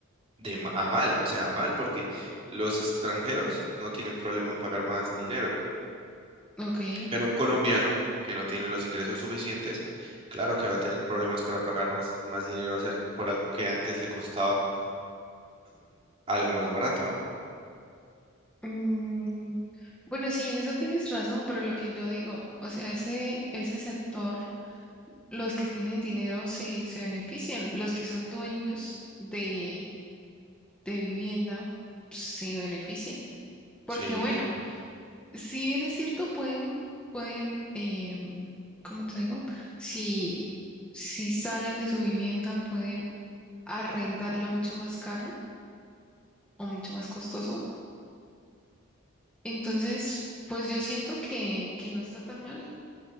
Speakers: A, on the right (about 25°); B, in the centre.
A: de ma- a mal, o sea, a mal, porque los extranjeros no tienen problema en pagar más dinero
B: ok.
A: Pero un colombiano que no tiene los ingresos suficientes, claro que va a tener problemas para pagar más, más dinero hacer por algo que antes le costaba algo más barato, ¿no?
B: Mm, bueno, sí, en eso tienes razón, pero lo que yo digo, o sea, ese, ese sector, los que tienen dinero se, se benefician, los que son dueños de, de vivienda se beneficien. Porque
A: Sí.
B: bueno, si bien es cierto, pueden, pueden, em, ¿cómo te digo? Si, si salen de su vivienda, pueden arrendarla mucho más caro o mucho más costoso. Entonces, pues yo siento que, que no está tan mal.